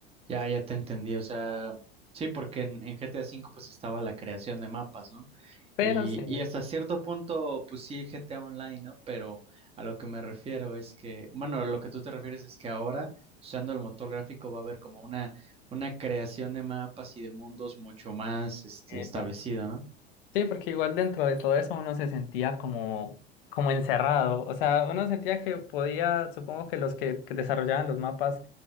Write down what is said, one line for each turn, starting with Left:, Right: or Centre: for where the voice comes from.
Right: ya, ya te entendí. O sea, sí, porque en, en GTA V pues estaba la creación de mapas, ¿no?
Left: Pero
Right: Y,
Left: sí.
Right: y hasta cierto punto, pues sí, GTA Online, ¿no? Pero a lo que me refiero es que, bueno, lo que tú te refieres es que ahora, usando el motor gráfico, va a haber como una, una creación de mapas y de mundos mucho más, este,
Left: epa.
Right: establecida, ¿no?
Left: Sí, porque igual dentro de todo eso uno se sentía como, como encerrado. O sea, uno sentía que podía, supongo que los que, que desarrollaban los mapas